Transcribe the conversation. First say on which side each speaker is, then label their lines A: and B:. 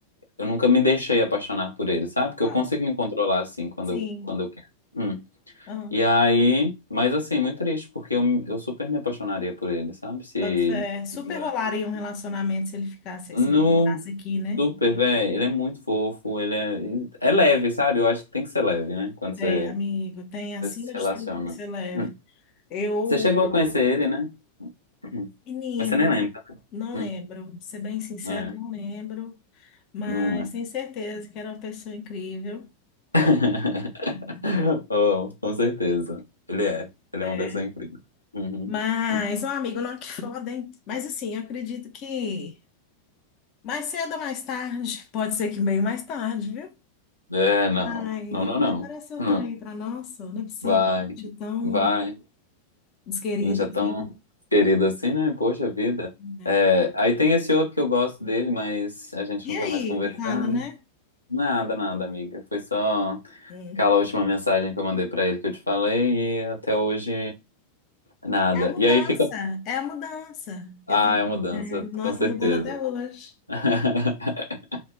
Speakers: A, on the left; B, on the left.
A: eu nunca me deixei apaixonar por ele, sabe? Porque
B: Legal.
A: eu consigo me controlar assim quando
B: Sim.
A: eu, quando eu quero. Uhum.
B: Aham.
A: E aí, mas assim, muito triste, porque eu, eu super me apaixonaria por ele, sabe? Se
B: Boto fé. Super
A: ele morasse.
B: rolaria um relacionamento se ele ficasse,
A: No
B: se ele ficasse aqui, né?
A: super, velho, ele é muito fofo, ele é, é leve, sabe? Eu acho que tem que ser leve, né? Quando
B: Tem,
A: você,
B: amigo, tem acima
A: você se
B: de
A: relaciona.
B: tudo que você
A: <clears throat>
B: leve.
A: Hum.
B: Eu,
A: Você chegou a conhecer ele, né? <clears throat> Hum.
B: menino,
A: Mas você nem lembra.
B: não
A: <clears throat>
B: lembro. Pra Ser bem sincero,
A: Hum. É,
B: não lembro. Mas
A: não é.
B: tenho certeza que era uma pessoa incrível.
A: <laughs>
B: Uhum.
A: Oh, com certeza. Ele é. Ele
B: É.
A: é uma pessoa incrível. Uhum.
B: Mas,
A: Hum.
B: um amigo, não, que foda, hein? Mas assim, eu acredito que mais cedo ou mais tarde, pode ser que bem mais tarde, viu?
A: É, não.
B: Ai,
A: Não, não, não.
B: é, parece um
A: Hum.
B: trem para nossa, não é possível,
A: Vai.
B: de tão
A: Vai.
B: desquerida
A: Gente, é tão
B: assim,
A: querido assim, né? Poxa vida.
B: né?
A: É, aí tem esse outro que eu gosto dele, mas a gente
B: E
A: não
B: aí,
A: tá mais conversando.
B: nada, né?
A: Nada, nada, amiga. Foi só
B: Sim.
A: aquela última mensagem que eu mandei pra ele que eu te falei e até hoje nada.
B: É a mudança,
A: E aí fica.
B: é a mudança.
A: Ah,
B: Eu tô,
A: é uma mudança,
B: é, nós
A: com certeza.
B: estamos mudando até hoje.
A: <laughs>